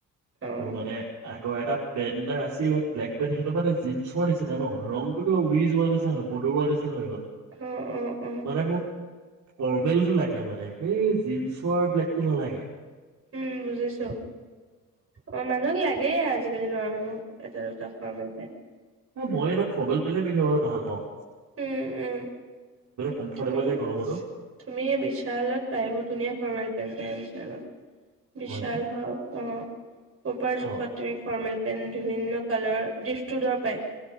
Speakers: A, on the right; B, on the right.
A: অ',
B: মোৰ মানে আকৌ এটা। পেন্ট এটা আছিলে ব্লেক পেন্ট সেইটো মে জিন্চৰ নিচিনা ন ৰং টো কিবা উৰি যোৱা নিচিনা। মদৰুৱা নিচিনা হৈ গল
A: অ', অ', অ',
B: মানে মোক ফৰ্মেলটো লাগে। একে মানে সেই জিন্সৰ ব্লেগতটো নালাগে।
A: উম বুজিছো। অ' মানুহক লাগে। লাগেই আজিকালি ল'ৰা মানুহক। এটা দুটা ফৰ্মেল পেণ্ট।
B: ন মই অল ফৰ্মেল পেলে পিন্ধিবলৈ ভালপাওঁ।
A: উম -উম
B: কমফৰ্টেবল
A: তুমি
B: যে গৰমতো
A: তুমি বিশালত পাই বহুত ধুনীয়া ফৰ্মেল পেন্ট পাই। বিশাল
B: হয় ন
A: হও অ' পপাৰ জোখত
B: অ
A: তুমি ফৰ্মেল পেণ্ট। পেণ্ট বিভিন্ন কালাৰৰ ড্ৰিফটটোডৰ পায়